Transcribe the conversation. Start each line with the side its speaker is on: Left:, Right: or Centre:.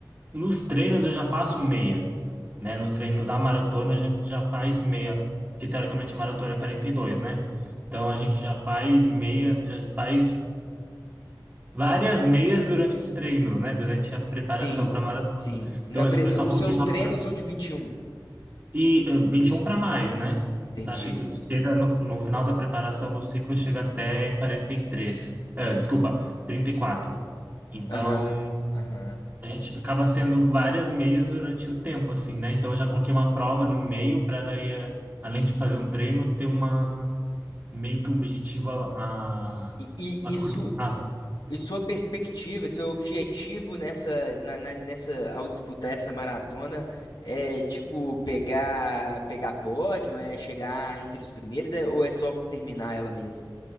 Right: Nos treinos eu já faço meia, né? Nos treinos da maratona a gente já faz meia, porque teoricamente a maratona é 42, né? Então a gente já faz meia, já faz várias meias durante os treinos, né? Durante a preparação
Left: Sim,
Right: para a maratona.
Left: sim. Na
Right: Então
Left: pre-
Right: eu eu
Left: no-
Right: só
Left: Os
Right: coloquei
Left: seus
Right: uma
Left: treinos
Right: pra...
Left: são de 21.
Right: e eh, 21 para mais, né?
Left: Entendi.
Right: Tá chega, chega no, no final da preparação do ciclo chega até 43. Eh, desculpa, 34. Então
Left: Aham, aham.
Right: A gente acaba sendo várias meias durante o tempo, assim, né? Então eu já coloquei uma prova no meio para daí, eh, além de fazer um treino, ter uma meio que um objetivo a, a,
Left: E, e,
Right: a
Left: e,
Right: curto
Left: su-
Right: prazo.
Left: e sua perspectiva, seu objetivo nessa, na, na- nessa, ao disputar essa maratona é tipo pegar, pegar pódio, é chegar entre os primeiros, é, ou é só terminar ela mesmo?